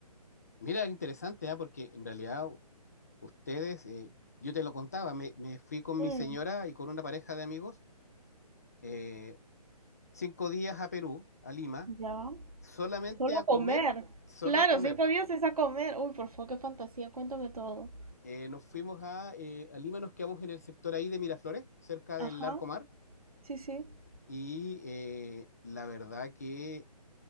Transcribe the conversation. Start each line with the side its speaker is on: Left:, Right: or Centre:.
Left: Mira, qué interesante, ¿ah? Porque en realidad ustedes, eh, yo te lo contaba, me, me fui con
Right: Mm,
Left: mi señora y con una pareja de amigos. eh, cinco días a Perú, a Lima,
Right: ya.
Left: solamente
Right: Solo
Left: a
Right: a comer.
Left: comer, solo
Right: Claro,
Left: a comer.
Right: cinco días es a comer. Uy, por favor, qué fantasía, cuéntame todo.
Left: Eh, nos fuimos a, eh, a Lima, nos quedamos en el sector ahí de Miraflores, cerca del
Right: Ajá,
Left: Larco Mar,
Right: sí, sí.
Left: y eh, la verdad que